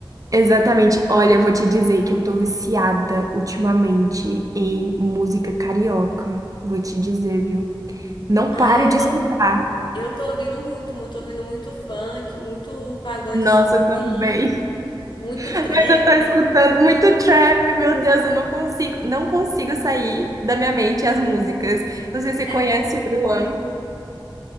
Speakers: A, on the right; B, on the left.
A: Exatamente. Olha, eu vou te dizer que eu tô viciada ultimamente em música carioca. Vou te dizer, viu? Não
B: Ah,
A: paro
B: eu
A: de
B: tô,
A: escutar.
B: eu tô ouvindo muito, muito, ouvindo muito funk, muito pagode
A: Nossa,
B: assim do
A: eu também.
B: Rio,
A: <laughs>
B: muito
A: Mas
B: trap.
A: eu tô escutando muito trap, meu Deus, eu não consigo, não consigo sair da minha mente as músicas. Não sei se você
B: É,
A: conhece o Bruan.